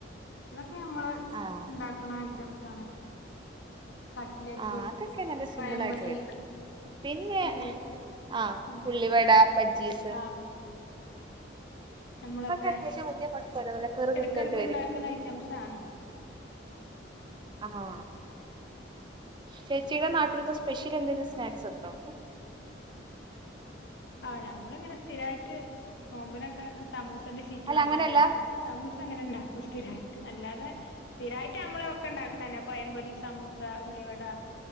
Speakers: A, on the left; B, on the right.
A: നമ്മള്
B: ആഹ്
A: ഉണ്ടാക്കണ ഐറ്റംസ് ആണ് കട്ട്ലേറ്റ്
B: ആ അതൊക്കെ നല്ല സിമ്പിൾ
A: പഴംപൊരി
B: ആയിട്ട് വരും പിന്നെ
A: ഈ
B: ആ
A: അങ്ങനത്തൊക്കെ
B: ഉുള്ളിവട ബജ്ജീസ്
A: ആ നമ്മളൊക്കെ
B: അതൊക്കെ അത്യാവശ്യം വലിയ കുഴപ്പമില്ല നല്ല കീറു
A: ഇടക്കിടക്ക
B: കൃത്യായിട്ട് വരും
A: ഉണ്ടാക്കുന്ന ഐറ്റംസാണ്
B: ആ ആ ചേച്ചിയുടെ നാട്ടിലത്തെ സ്പെഷ്യൽ എന്തെങ്കിലും സ്നാക്സ് ഉണ്ടോ
A: ആ ഞമ്മള ഇങ്ങനെ സ്ഥിരായിട്ട് നോമ്പി നൊക്കെ സമൂസന്റെ ചീറ്റ്
B: അല്ല
A: വാങ്ങിയണ്ട്
B: അങ്ങനെയല്ല
A: സമൂസ അങ്ങനെ ഇണ്ടാക്കും സ്ഥിരമായിട്ട് അല്ലാതെ സ്ഥിരമായിട്ട് നമ്മള ഒക്കെ ഉണ്ടാക്കണന്നെ പയംപൊരി സമൂസ ഉള്ളിവട